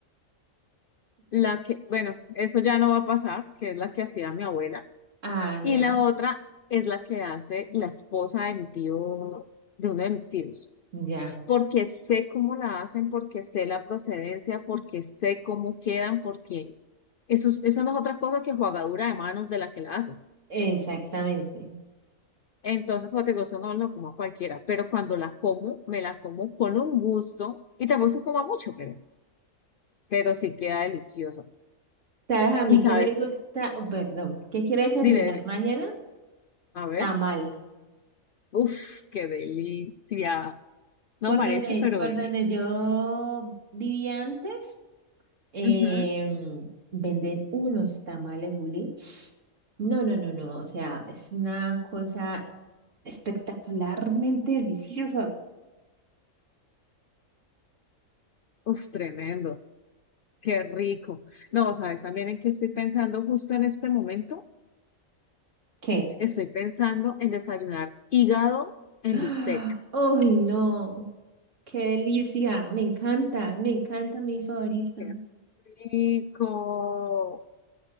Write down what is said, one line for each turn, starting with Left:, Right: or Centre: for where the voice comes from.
Left: la que, bueno, eso ya no va a pasar, que es la que hacía mi abuela,
Right: Allá,
Left: y la otra es la que hace la esposa de mi tío, de uno de mis tíos,
Right: ya, ya,
Left: porque sé cómo la hacen, porque sé la procedencia, porque sé cómo quedan, porque eso, es- eso no es otra cosa que jugadura de manos de la que la hacen.
Right: exactamente.
Left: Entonces, como te digo, eso no lo como a cualquiera, pero cuando la como, me la como con un gusto y tampoco se coma mucho, pero, pero sí queda deliciosa.
Right: ¿Sabes a mí
Left: Y sabes,
Right: que me gusta? Oh, Perdón, ¿qué quiero desayunar
Left: dime, dime,
Right: mañana?
Left: a ver,
Right: Tamal.
Left: uff, qué delicia. No,
Right: Por
Left: mariachi,
Right: donde,
Left: pero
Right: por
Left: vení.
Right: donde yo vivía antes, Em,
Left: Ujú,
Right: venden unos tamales bulé. No, no, no, no. O sea, es una cosa espectacularmente deliciosa.
Left: Uf, tremendo, qué rico. No, sabes también en qué estoy pensando justo en este momento.
Right: ¿Qué?
Left: Estoy pensando en desayunar hígado en
Right: ¡Ah!
Left: bistec.
Right: ¡Ay, no! ¡Qué delicia! Me encanta, me encanta mi favorito.
Left: Qué rico.